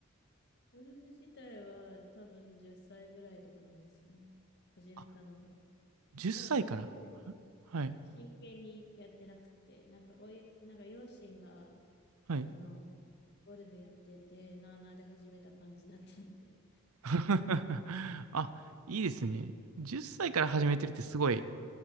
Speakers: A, on the left; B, on the right.
A: ゴルフ自体は多分10歳ぐらいとかなんですよね。始めたのが。
B: あ、10歳から。
A: ただそこまで
B: ははい。
A: 真剣にやってなくて、なんかおい、なんか両親が、
B: はい。
A: あの、ゴルフやってて、なあなあで始めた感じだったんで。
B: <laughs> あ、いいですね。10歳から始めてるってすごい